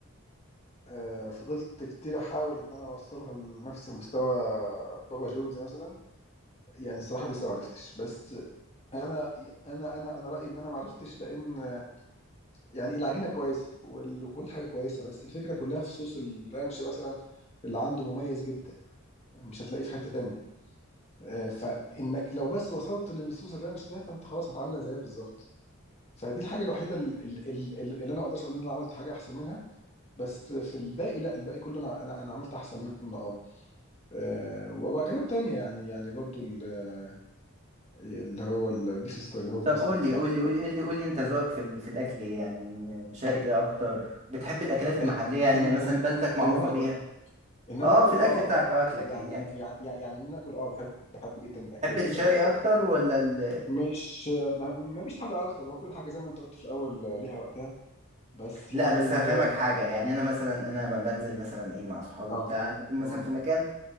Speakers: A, on the left; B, on the right.
A: آه، فضلت كتير احاول ان انا اوصلها لنفس مستوى بابا جونز مثلا يعني الصراحة لسه ما عرفتش بس انا انا انا انا رأيي ان انا ما عرفتش لان آه، يعني العجينة كويسة وال- وكل حاجة كويسة بس الفكرة كلها في صوص الرانش مثلا اللي عنده مميز جدا مش هتلاقيه في حتة تانية آه، فانك لو بس وصلت للصوص الرانش ده فانت خلاص هتعملها زيها بالظبط فدي الحاجه الوحيده ال- ال- ال- اللي انا ما اقدرش اقول ان انا عملت حاجه احسن منها بس في الباقي لا الباقي كله انا انا انا عملت احسن منه اه آه، و- واكلات تانية يعني يعني برضو ال- اللي هو البيف استراجانوف
B: طب
A: مثلا
B: قول لي
A: لا
B: قول لي قول لي قول لي قول لي انت ذوقك في ال... في الاكل إيه؟ يعني شرقي اكتر بتحب الاكلات المحليه
A: ان
B: يعني
A: ان
B: مثلا
A: ان,
B: بلدك معروفه
A: إن انا اكل
B: بيها
A: ان
B: اه
A: انا اكل
B: في الاكل
A: اه
B: بتاعك آه، اكلك
A: يعني
B: يعني اكل
A: يعني يعني ان انا اكل اه بحب بحب جدا الاكل
B: تحب
A: ال-
B: الشرقي اكتر ولا ال...
A: مش ما ما فيش حاجه اكتر هو كل حاجه زي ما انت قلت في الاول آه، ليها وقتها بس
B: لا
A: يعني
B: بس
A: ال-
B: هفهمك حاجه يعني انا مثلا انا ب- بنزل مثلا ايه مع اصحابي
A: اه
B: بتاع نكون
A: مم.
B: مثلا في مكان